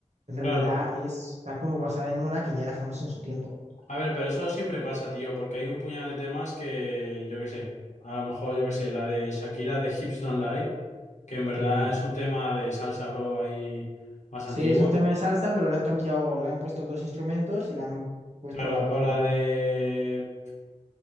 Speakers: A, on the right (about 65°); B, on the left (about 75°).
A: En realidad
B: claro.
A: es, está como basada en una que ya era famosa en su tiempo.
B: A ver, pero eso siempre pasa, tío, porque hay un puñado de temas que, yo qué sé, a lo mejor, yo qué sé, la de Shakira de Hips Don't Lie, que en verdad
A: Sí.
B: es un tema de salsa, bro, ahí más
A: Sí,
B: antiguo.
A: es un tema de salsa, pero le han cambiado, le han puesto dos instrumentos y le han puesto
B: Claro,
A: la voz
B: o
A: por
B: la
A: encima.
B: de